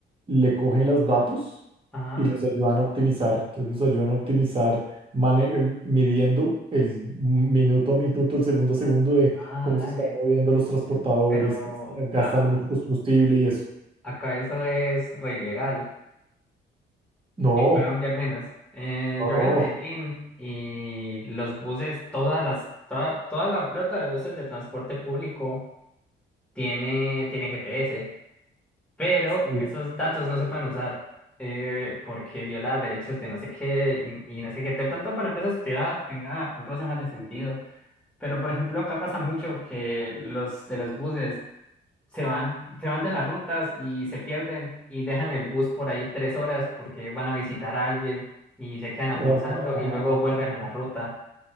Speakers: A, on the right; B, in the centre.
A: le cogen los datos
B: Ah,
A: y les ayudan a optimizar. Entonces, los ayudan a optimizar mane- em, midiendo el minuto a minuto, el segundo a segundo de
B: ah,
A: cómo se están
B: dale.
A: moviendo los transportadores,
B: Pero
A: que están gastando
B: a-
A: mucho combustible y eso.
B: acá eso es re ilegal,
A: No.
B: en Colombia al menos. Eh,
A: No,
B: yo voy
A: no.
B: a Medellín y los buses, todas las, toda, toda la flota de buses de transporte público. tiene, tiene GPS, pero
A: Sí.
B: esos datos no se pueden usar eh, porque viola derechos de no sé qué y, y no sé qué. De pronto para empresas privadas tenga un roce más de sentido, pero por ejemplo acá pasa mucho que los de los buses se van, se van de las rutas y se pierden y dejan el bus por ahí tres horas porque van a visitar a alguien y se quedan almorzando
A: Ah, ah,
B: y
A: ah,
B: luego vuelven
A: ah,
B: a la
A: ah,
B: ruta.